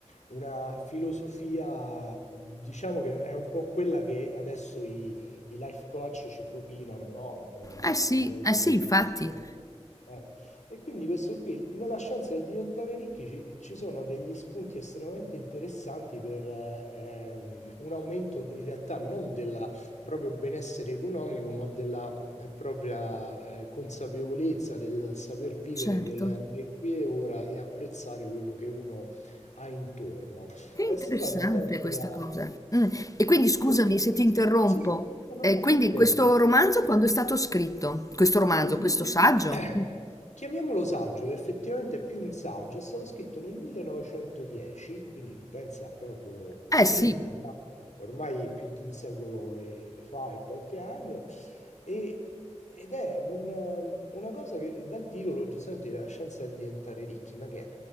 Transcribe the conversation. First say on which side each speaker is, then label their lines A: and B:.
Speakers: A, on the left (about 80°); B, on the left (about 30°).
A: una filosofia, diciamo che è un po' quella che adesso i, i life coach ci propinano, no? Nel-
B: eh sì,
A: nel-
B: eh sì, infatti,
A: no. Eh, E quindi questo qui, nella scienza del diventare ricchi ci, ci sono degli spunti estremamente interessanti per eh, ehm, un aumento in realtà non del proprio benessere economico, ma della propria eh, consapevolezza del saper vivere
B: certo.
A: nel, nel qui e ora e apprezzare quello che uno ha intorno.
B: Che interessante
A: È stata un'autentica
B: questa cosa. Mm. E
A: un'autentica
B: quindi scusami
A: sorpresa.
B: se ti interrompo.
A: Sì, no, no,
B: Eh,
A: no,
B: quindi
A: figurati.
B: questo romanzo quando è stato scritto? Questo romanzo,
A: Nel mille...
B: questo saggio?
A: <clears throat> Chiamiamolo saggio, effettivamente è più un saggio, è stato scritto nel 1910, quindi pensa proprio
B: Eh sì,
A: <clears throat> ormai, ormai più di un secolo e, e fa e qualche anno, e- ed è un, ehm, una cosa che dal titolo giustamente la scienza è diventare ricchi, ma che è?